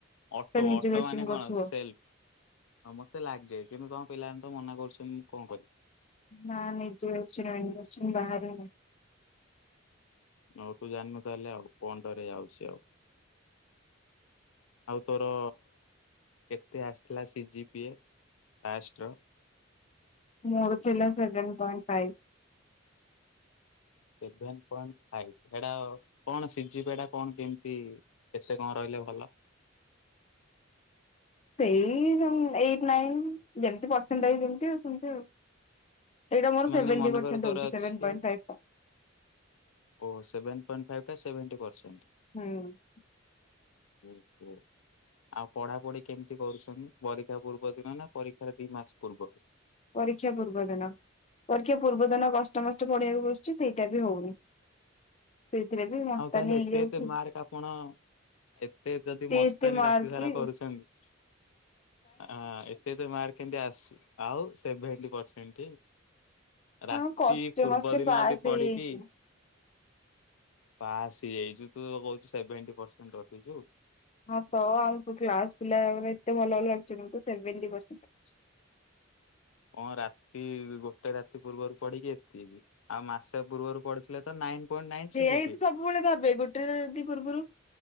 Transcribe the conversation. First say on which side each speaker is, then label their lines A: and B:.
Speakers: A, on the left; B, on the left.
A: ଅଟୋ
B: ତ ନିଜେ
A: ଅଟୋ
B: କୋଶ୍ଚିନ୍
A: ମାନେ କଣ
B: କରୁଥିବ
A: ସେଲ୍ ହଁ ମତେ ଲାଗେ କିନ୍ତୁ ତମ ପିଲାମାନେ ତ ମନା କରୁଛନ୍ତି ମୁଁ କଣ କଲିି
B: ନା ନଜ ଅଛିସ ବାହାରି ନାଇ
A: ହଉ ତୁ ଜାଣିନୁ ତାହେଲେ ଆଉ କଣ ଟରେ ଆାଉଛି ଆଉ ଆଉ ତୋର କେତେ ଆସିଥିଲା ସିଜି ପିଷ୍ଟ ର
B: ମୋର ଥିଲା seven point five.
A: Seven point five ଏଟା କଣ ସିଝିବ ଏଟା କଣ କେମିତି? କେତେ କଣ ରହିଲେ ଭଲ?
B: ସେଇ ଏଇଟ ନାଇନ ଯେମତି ପରସେଣ୍ଟଇଜ ଜେମିତି ସେମିତି ଆଉ। ଏଇଟା ମୋର
A: ମାନେ
B: ସେଭେଟି
A: ମନେକର
B: ପରସଣ୍ଟ
A: ତୋର
B: ହଉଛି
A: ଅଛି
B: ସେଭନ ପଏଣ୍ଟ ଫାଇଭ।
A: ଓ ସେଭେନ ପଏଣ୍ଟ ଫାଇଭ ଟା ସେଭେଣ୍ଟୀ ପର୍ଷେଣ୍ଟ।
B: ହୁଁ।
A: ହୁଁ କୁହନ୍ତୁ? ଆଉ ପଢା ପଢି କେମିତି କରୁଛନ୍ତି ପରୀକ୍ଷା ପୂର୍ବ ଦିନ ନା ପରୀକ୍ଷାରେ ଦି ମାସ ପୂର୍ବରୁ?
B: ପରୀକ୍ଷା ପୂର୍ବଦିନ। ପରୀକ୍ଷା ପୂର୍ବ ଦିନ କଷ୍ଟମଷ୍ଟ ପଢେଇିବାକୁ ବସୁଛି ସେଇଟା ବି ହଉନି। ସେଇଥିରେ ବି ମସ୍ତାନୀ
A: ଆଉ ତାହେଲେ ଏତେ
B: ହେଇଯାଉଛି।
A: ଏତେ ମାର୍କ ଆପଣ ଏତେ ଯଦି ମସ୍ତାନୀ
B: ଏତେ ମାର୍କ
A: ରାତି ସାରା
B: କି
A: କରୁଛନ୍ତି ଆ ଏତେ ତ ମାର୍କ କେମତି ଆସିଛି ଆଉ ସେଭେଣ୍ଟି ପରସେଣ୍ଟ। ରାତି
B: ହଁ କଷ୍ଟେ
A: ପୂର୍ବ
B: ମଷ୍ଟେ
A: ଦିନ
B: ପାସ୍
A: ଯଦି
B: ହେଇଯାଇଛି।
A: ପଡିକି ପାସ୍ ହେଇଯାଇଛୁ ତୁ କହୁଛୁ ସେଭେଣ୍ଟି ପରସେଣ୍ଟ ରଖିଛୁ।
B: ହଁ ତ ଆମ କ୍ଲାସ ପିଲା ଏତେ ଭଲ ଭଲ ରଖିଛନ୍ତି, ମୁ ତ ସେଭେଣ୍ଟୀ ପର୍ସେଣ୍ଟ ରଖିଛି।
A: କଣ ରାତି ଗୋଟେ ରାତି ପୂର୍ବରୁ ପଡିିକି ଏତିକି ଆଉ ମାସେ ପୂର୍ବରୁ ପଡି ତ ନାଇନ ପଏଣ୍ଟ ନାଇନ
B: ସେଇଆ
A: ସି ଜିପି।
B: ହିଁ ସବୁବେଳେ ଭାବେ ଗୋଟେ ରାତି ପୂର୍ବରୁ